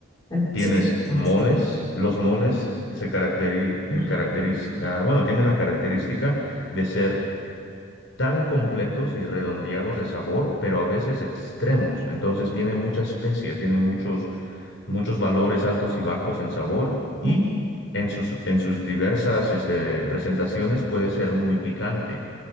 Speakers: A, on the left; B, on the left.
A: Bueno,
B: Tienes
A: eso fue bastante.
B: moles, los moles se caracteri-
A: Vale.
B: eh, caracteriz- ah, bueno, tienen la característica de ser tan completos y redondeados de sabor, pero a veces extremos. Entonces tienen mucha especia, tienen muchos muchos valores altos y bajos en sabor y
A: Oh,
B: en sus, en sus diversas este, presentaciones puede ser muy picante.